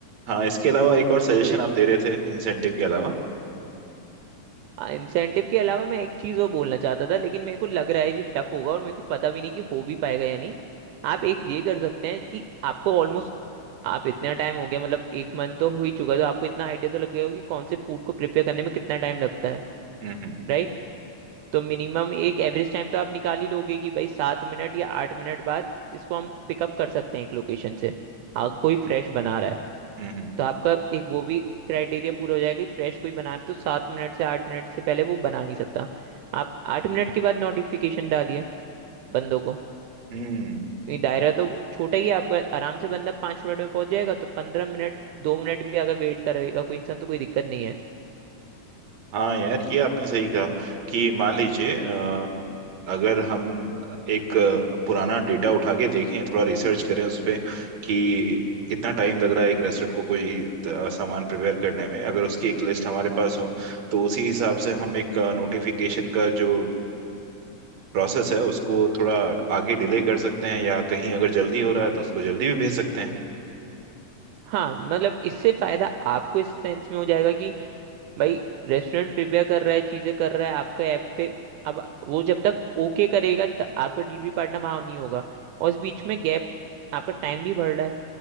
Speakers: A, on the right (about 60°); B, on the right (about 85°).
A: हाँ इसके अलावा एक और सजेशन
B: तो
A: आप दे रहे थे इंसेंटिव के अलावा
B: इंसेंटिव के अलावा मैं एक चीज और बोलना चाहता था लेकिन मेरे को लग रहा है ये टफ होगा और मेरे को पता भी नहीं कि हो भी पाएगा या नहीं आप एक ये कर सकते हैं कि आपको ऑलमोस्ट आप इतना टाइम हो गया मतलब एक मंथ तो हो ही चुका है तो आपको इतना आइडिया तो लग गया होगा कि कौन से फूड को प्रिपेयर करने में कितना टाइम लगता है
A: हम्म हम्म
B: राइट तो मिनिमम एक एवरेज टाइम तो आप निकाल ही लोगे कि भाई सात मिनट या आठ मिनट बाद इसको हम पिकअप कर सकते हैं एक लोकेशन से अगर कोई फ्रेश बना रहा है
A: हम्म
B: तो आपका एक वो भी क्राइटेरिया पूरा हो जाएगा कि फ्रेश कोई बनाना तो सात मिनट से आठ मिनट से पहले वो बना नहीं सकता आप आठ मिनट के बाद नोटिफिकेशन डालिए बंदों को
A: हम्म
B: क्योंकि दायरा तो वो छोटा ही है आपका आराम से बंदा पाँच मिनट में पहुंच जाएगा तो पंद्रह मिनट दो मिनट भी अगर वेट करेगा कोई इंसान तो कोई दिक्कत नहीं है
A: हाँ यार ये आपने सही कहा कि मान लीजिए अ, अगर हम एक अ, पुराना डेटा उठा के देखें थोड़ा रिसर्च करें उस पे कि कितना टाइम लग रहा है एक रेस्टोरेंट को कोई अ, सामान प्रिपेयर करने में अगर उसकी एक लिस्ट हमारे पास हो तो उसी हिसाब से हम एक नोटिफिकेशन का जो प्रोसेस है उसको थोड़ा आगे डिले कर सकते हैं या कहीं अगर जल्दी हो रहा है तो उसको जल्दी भी भेज सकते हैं
B: हाँ मतलब इससे फायदा आपको इस सेंस में हो जाएगा कि भाई रेस्टोरेंट प्रिपेयर कर रहा है चीजें कर रहा है आपका ऐप पे अब वो जब तक ओके करेगा तब आपका डिलीवरी पार्टनर वहां नहीं होगा और इस बीच में गैप आपका टाइम भी बढ़ रहा है